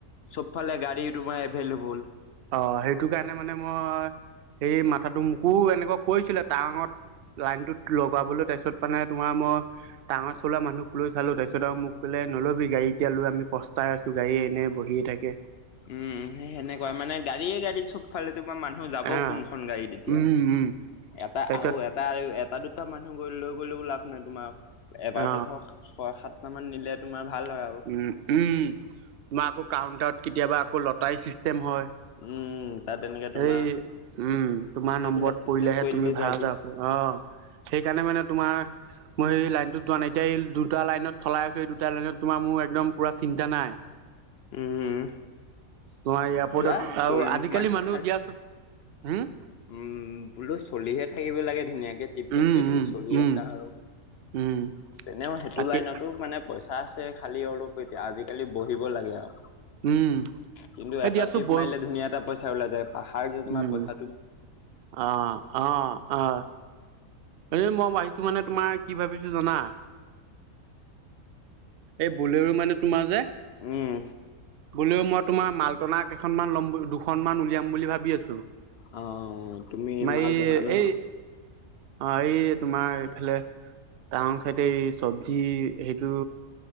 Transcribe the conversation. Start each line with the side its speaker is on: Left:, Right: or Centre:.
Left: চবফালে গাড়ী তোমাৰ এভেইলএভোল।
Right: অহ, সেইটো কাৰণে মানে মই সেই মাথাটো মোকো এনেকুৱা কৈছিলে তাৱাংত লাইনটোত লগাবলৈ তাৰপিছত মানে তোমাৰ মই তাঙৰ চলা মানুহক লৈ চালোঁ, তাৰপিছত আৰু মোক ক'লে হে নল'বি গাড়ী এতিয়া লৈ আমি পস্তাই আছোঁ গাড়ী এনে বহিয়ে থাকে।
Left: উম, সেই সেনেকুৱাই মানে গাড়ীয়ে গাড়ী চবফালে তোমাৰ মানুহ যাব
Right: আহ
Left: কোনখন গাড়ীত এতিয়া।
Right: উম উম
Left: এটা
Right: তাৰপিছত
Left: আৰু এটা, আৰু এটা দুটা মানুহ লৈ গ'লেও লাভ নাই তোমাৰ, এবাৰতে
Right: অ
Left: ধৰক ছয় সাতটা মান নিলে তোমাৰ ভাল হয় আৰু
Right: উম', উম'। তোমাৰ আকৌ কাউন্টাৰত কেতিয়াবা আকৌ লতাৰি চিষ্টেম তেম হয়
Left: উম, তাত এনেকে তোমাৰ
Right: এই উম তোমাৰ
Left: সেইবিলাক
Right: নম্বৰত
Left: চিষ্টেম
Right: পৰিলেহে
Left: কৰি
Right: তুমি
Left: দিলে
Right: ভাড়া
Left: যে আজি
Right: যাব পাৰি অ সেইকাৰণে মানে তোমাৰ মই সেই লাইনটোত যোৱা নাই, এতিয়া এই দুটা লাইনত চলাই আছো এই দুটা লাইনত তোমাৰ মোৰ একদম পোৰা চিন্তা নাই।
Left: উম।
Right: তোমাৰ এয়াৰপৰ্টত
Left: যোৱা চলি
Right: আৰু আজিকালি
Left: মানুহে
Right: মানুহ
Left: খালি
Right: দিয়াচো হুম?
Left: উম, বোলো চলিহে থাকিব লাগে ধুনীয়াকে টিপ-টপকে
Right: উম
Left: তুমি
Right: উম
Left: চলি
Right: উম
Left: আছা আৰু।
Right: উম
Left: এনেও সেইটো
Right: তাকে
Left: লাইনটো মানে পইচা আছে খালি অলপ এতিয়া আজিকালি বহিব লাগে আও।
Right: উম
Left: কিন্তু
Right: এই
Left: এটা
Right: দিয়াচোন
Left: টিপ
Right: বৈ
Left: মাৰিলে ধুনীয়া এটা পইচা ওলাই যায় পাহাৰ যে তোমাৰ
Right: উম
Left: পইচা
Right: অ অ অ। এ মই মাৰিছো মানে তোমাৰ কি ভাবিছো জানা এই বলেৰো মানে তোমাৰ যে
Left: উম।
Right: বোলেও মই তোমাৰ মালটনা কেইখনমান ল'ম দুখনমান উলিয়াম বুলি ভাবি আছো।
Left: অ, তুমি
Right: তোমাৰ
Left: মাল
Right: এই
Left: টনা ন?
Right: এই অ এই তোমাৰ এইফালে টাউন চাইডে এই চবজি হে টো